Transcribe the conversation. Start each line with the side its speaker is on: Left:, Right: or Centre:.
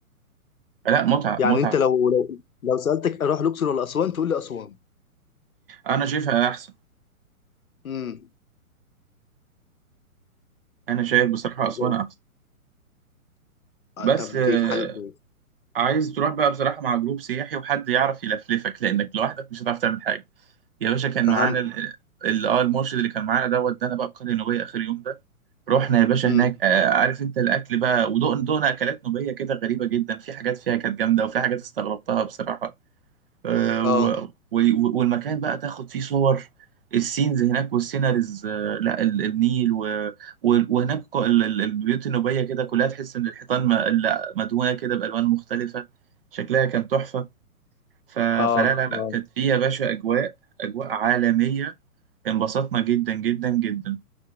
Right: لا متعه
Left: يعني
Right: متعه
Left: انت لو لو لو سالتك اروح الاقصر ولا اسوان تقول لي اسوان
Right: انا شايفها احسن
Left: امم
Right: انا شايف بصراحه اسوان
Left: زي
Right: احسن
Left: آه،
Right: بس
Left: طب
Right: آه،
Left: دي حاجه كويسه
Right: عايز تروح بقى بصراحه مع جروب سياحي وحد يعرف يلفلفك لانك لوحدك مش هتعرف تعمل حاجه يا باشا كان
Left: فهمت
Right: معانا ال- ال- اه المرشد اللي كان معانا ده ودانا بقى القريه النوبيه اخر يوم ده رحنا يا باشا
Left: امم
Right: هناك آه، عارف انت الاكل بقى ودقنا دقنا اكلات نوبيه كده غريبه جدا في حاجات فيها كانت جامده وفي حاجات استغربتها بصراحه آه،
Left: اه
Right: و... و- والمكان بقى تاخد فيه صور السينز هناك والسيناريز آه، لا ال- النيل و... و- وهناك ك- ال- ال- البيوت النوبية كده كلها تحس إن الحيطان م... لا مدهونة كده بألوان مختلفة شكلها كان تحفة ف... فلا
Left: اه
Right: لا لا
Left: اه
Right: كانت فيه يا باشا أجواء أجواء عالمية انبسطنا جدا جدا جدا